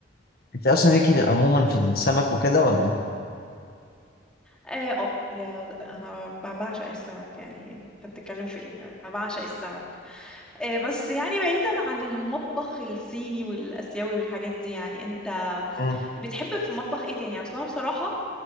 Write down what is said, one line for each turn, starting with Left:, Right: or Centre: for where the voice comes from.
Left: انت اصلا ليكي عموما في السمك وكده ولا
Centre: اه آه، يا انا ب- بعشق السمك يعني انت بتتكلم في ايه انا بعشق السمك آه، بس يعني بعيدا عن المطبخ الصيني والاسيوي والحاجات دي يعني انت
Left: مم.
Centre: بتحب في المطبخ ايه تاني اصلا بصراحة